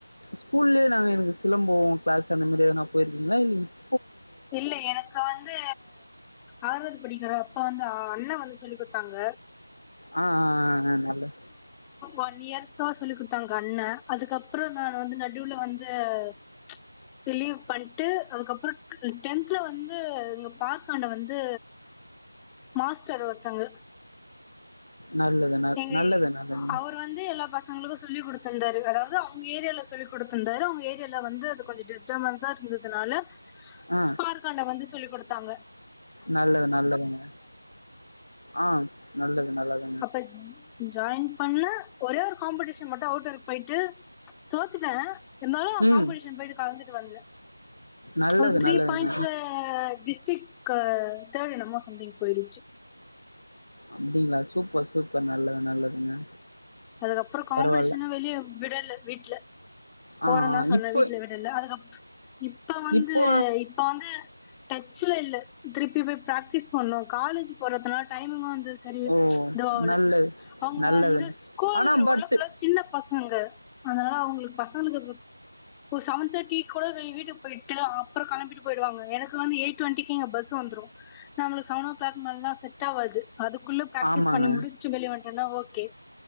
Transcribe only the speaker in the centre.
இல்ல எனக்கு வந்து ஆறாவது படிக்குற அப்போ வந்து அண்ண வந்து சொல்லி குடுத்தாங்க
ஒன் இயர்ஸ்ஸா சொல்லி குத்தாங் கண்ண அதுக்கப்புறோ நானு வந்து நடுவுல வந் ந்த ம்ச் வெளிய பண்ட்டு அதுக்கப்புறோ டென்துல வந்து இங்க பார்க்காண்ட வந்து மாஸ்டர் ஒருத்தவங்க
எங்க
அவர் வந்து எல்லா பசங்களுக்கு சொல்லி குடுத்துருந்தார் ரு அதாவது அவங்க ஏரியால சொல்லி் குடுத்துருந்தாரு அவங்க ஏரியால வந்து அது கொஞ்சோ டிஸ்டர்பன்ஸா இருந்ததுனால
ஸ்ப்பார்காண்டா வந்துஸ் சொல்லி குடுத்தாங்க
அப்பத் ஜாயின் பண்ண ஒரே ஒரு காம்படிஷன் மட்டு அவுட்டருக்கு போயிட்டு தோத்துட்ட இருந்தாலும்
காம்பட்டீஷன் போயிட்டு கலந்துட்டு வந்தேன்
<inaudible> ஒரு த்ரீ
பாயிண்ட்ஸ் ல டிஸ்டிக் க தேர்ட் என்னமோ சம்திங் போயிடுச்சு
அதுக்கப்புறம் காம்பட்டீஷன்
வெளியே விடலை வீட்டுல
போறேன்னு தான் சொன்னேன்
வீட்ல விடல அதுக் அப் இப்ப வந்து
இப்ப வந்து டெக்சைலு திருப்பி போய் பிராக்டிஸ் பண்ணும் காலேஜ் போறதுனால டைம்மும் செரி
தாலு
அவுங்க
வந்து ஸ்கூல்
உள்ள ஃபுல்லா சின்ன பசங்க அதனால அவுங்களுக்கு பசங்களுக் செவன் தேர்ட்டி கூட வீட்டுக்கு போயிட்டு அப்புறம் கெழம்பிட்டு போயிருவாங்க எனக்கு வந்து எயிட் டுவெண்டிக்கு எங்க பஸ் வந்துரும் நம்மளுக்கு செவன் ஓ கிளாக் மேல எல்லாம் செட் ஆவாது அதுக்குள்ள பிராக்டிஸ்
பண்ணி முடிச்சுட்டு வெளிய வந்துட்டேனா ஓ கே